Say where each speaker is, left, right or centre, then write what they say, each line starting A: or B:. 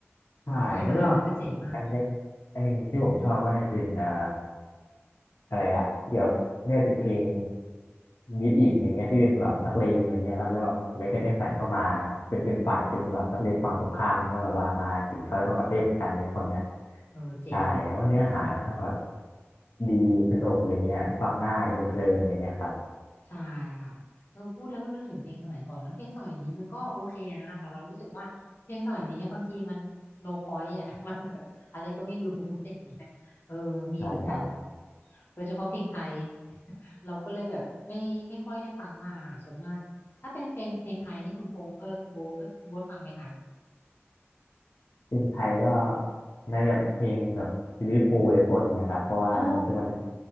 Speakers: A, on the left; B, on the left.
A: ใช่
B: ใช่ค่ะอันนั้นก็เจ๋งมาก
A: แล้วก็อันหนึงอันหนึงที่ผมชอบก็น่าจะเป็นอ่า อะไรล่ะเกี่ยวกับเนี่ยเป็นเพลงบีทอิทอะไรเงี้ยที่เป็นแบบนักเลงอะไรเงี้ยครับแล้วแบบไมเคิลแจ็คสันก็มาเป็นเป็นฝ่ายเป็นแบบนักเลงฝั่งตรงข้ามก็แบบว่ามาถึงเขาแล้วก็มาเต้นกันเลยคนเนี้ย
B: เออเจ๋งเนาะ
A: ใช่เพราะเนื้อหามันทั้งแบบดีสนุกอะไรเงี้ยฟังง่ายเป็นเพลินอะไรเงี้ยครับ
B: ใช่ค่ะเออพูดแล้วก็นึกถึงเพลงสมัยก่อนเนอะเพลงสมัยนี้มันก็โอเคนะคะแต่เรารู้สึกว่าเพลงสมัยนี้บางทีมัน no point อ่ะ <laughs> มันแบบอะไรก็ไม่รู้ <laughs> อะไรอย่างเงี้ยเออมีเหมือนกัน
A: ใช่ครับ
B: โดยเฉพาะเพลงไทย <laughs> เราก็เลยแบบไม่ไม่ค่อยได้ฟังมากค่ะส่วนมากถ้าเป็นเพลงเพลงไทยนี่คุณพงษ์เออคุณโบเออคุณโบทฟังไหมคะ
A: ซึ่งไทยก็น่าจะเพลงแบบซีรีส์ฟูอะไรพวกเนี้ยครับเพราะว่าผมคิดว่ามัน
B: อ๋อ